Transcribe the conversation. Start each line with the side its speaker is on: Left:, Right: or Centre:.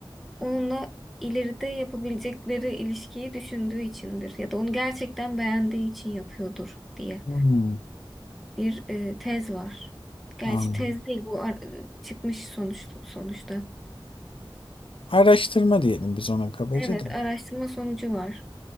Centre: onunla ileride yapabilecekleri ilişkiyi düşündüğü içindir ya da onu gerçekten beğendiği için yapıyordur diye
Left: Hmm,
Centre: bir e, tez var. Gerçi
Left: anladım.
Centre: tez değil bu ar- e, çıkmış sonuç sonuçta.
Left: Araştırma diyelim biz ona kabaca
Centre: Evet,
Left: da.
Centre: araştırma sonucu var.